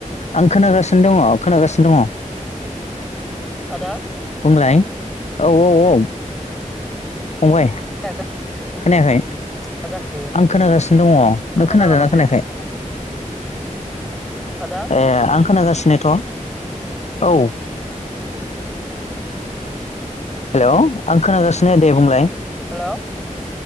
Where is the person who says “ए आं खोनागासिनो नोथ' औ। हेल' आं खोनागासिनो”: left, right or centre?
Left